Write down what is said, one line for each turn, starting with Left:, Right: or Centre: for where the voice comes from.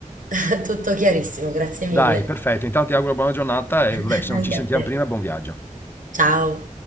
Right: <laughs> tutto chiarissimo, grazie
Left: Dai,
Right: mille.
Left: perfetto. Intanto ti auguro buona giornata e
Right: <laughs>
Left: vabbè, se non
Right: Anche
Left: ci sentiamo
Right: a te.
Left: prima, buon viaggio.
Right: Ciao.